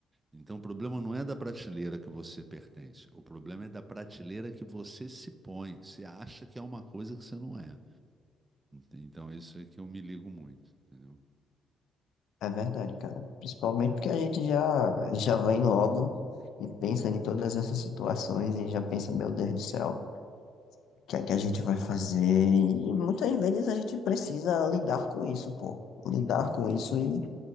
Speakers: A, on the right; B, on the left.
A: Então o problema não é da prateleira que você pertence. O problema é da prateleira que você se põe. Você acha que é uma coisa que você não é. Então isso é que eu me ligo muito, entendeu?
B: É verdade, cara. Principalmente porque a gente já, já vem logo e pensa em todas essas situações e já pensa, meu Deus do céu, o que é que a gente vai fazer? E muitas vezes a gente precisa lidar com isso, pô. Lidar com isso e